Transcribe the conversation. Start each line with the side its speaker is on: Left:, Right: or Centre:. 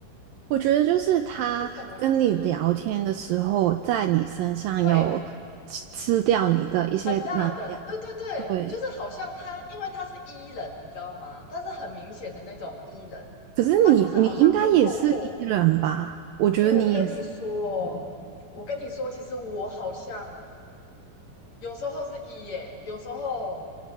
Right: 我觉得就是他跟你聊天的时候，
Left: 为什么就是
Right: 在你身上有吃吃掉你的一些能量，
Left: 对很大的，对对对，
Right: 对。
Left: 就是好像他，因为他是 E 人，你知道吗？他是很明显的那种 E 人，
Right: 可是你你应该也是
Left: 他就是好像是透过，
Right: E 人吧？我觉得你也是。
Left: 诶，我跟你说哦，我跟你说，其实我好像有时候是 E 耶，有时候